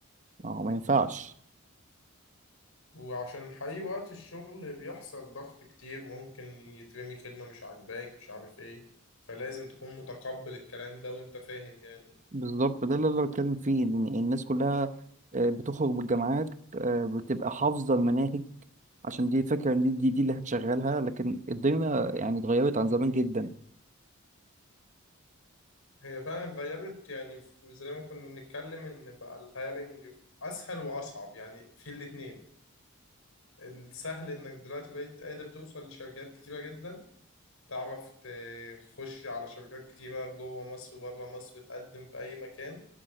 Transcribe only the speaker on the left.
وعشان حقيقي وقت الشغل بيحصل ضغط كتير ممكن يترمي كلمة مش عاجباك مش عارف ايه فلازم تكون متقبل الكلام ده وانت فاهم يعني
هي فعلا اتغيرت يعني ف- زي ما كنا بنتكلم ان بقى الهايرنج اسهل واصعب يعني في الاتنين السهل انك دلوقتي بقيت قادر توصل لشركات كتيرة جدا تعرف تخش على شركات كتيرة جوه مصر وبره مصر بتقدم في اي مكان